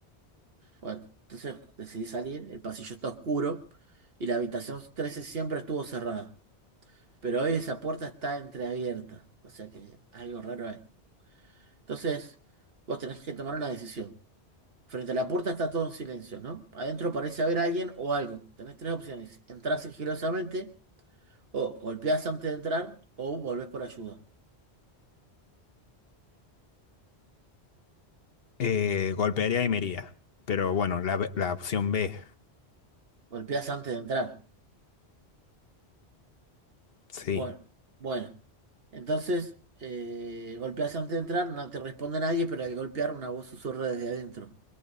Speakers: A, on the right (about 65°); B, on the left (about 65°).
A: Bueno, entonces decidí salir, el pasillo está oscuro y la habitación 13 siempre estuvo cerrada, pero hoy esa puerta está entreabierta, o sea que algo raro hay. Entonces, vos tenés que tomar una decisión. Frente a la puerta está todo en silencio, ¿no? Adentro parece haber alguien o algo. Tenés tres opciones. Entrás sigilosamente o golpeás antes de entrar o volvés por ayuda.
B: Eh, golpearía y me iría. Pero bueno, la, B- la opción B.
A: Golpeás antes de entrar.
B: Sí,
A: Bueno, bueno. Entonces, eh, golpeas antes de entrar, no te responde nadie, pero al golpear una voz susurra desde adentro.